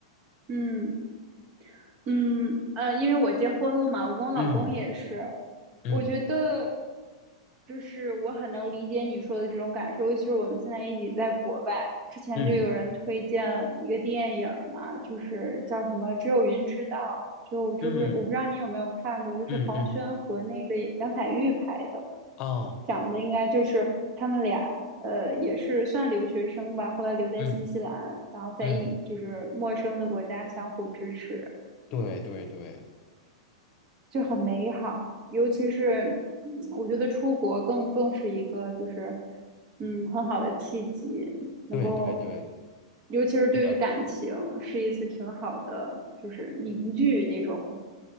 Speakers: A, on the right; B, on the left.
A: 嗯。嗯，呃，因为我结婚了嘛，我跟我老公也是，
B: 嗯嗯
A: 我觉得就是我很能理解你说的这种感受，尤其是我们现在一起在国外，之前就有人推荐一个电影儿嘛，
B: 嗯
A: 就是叫什么《只有云知道》，就就是我不知道你有没有看过，
B: 嗯
A: 就是黄轩和那个杨采钰拍的，
B: 嗯嗯，哦，
A: 讲的应该就是他们俩，呃，也是算留学生吧，后来留在新西兰，
B: 嗯
A: 然后在一就是陌生的国家相互支持。
B: 嗯，对对对
A: 就很美好。尤其是，嗯我觉得出国更更是一个就是，嗯，很好的契机，能够，
B: 对对对，
A: 尤其是对于感情，
B: 是的。
A: 是一次挺好的，就是凝聚那种。